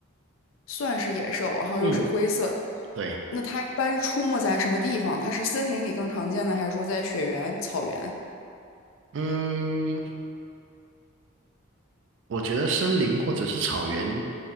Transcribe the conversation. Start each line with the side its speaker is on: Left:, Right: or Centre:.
Left: 算是野兽，然后又是灰色的。
Right: 嗯，对，
Left: 那它一般出没在什么地方？它是森林里更常见呢，还是说在雪原、草原？
Right: 嗯，我觉得森林或者是草原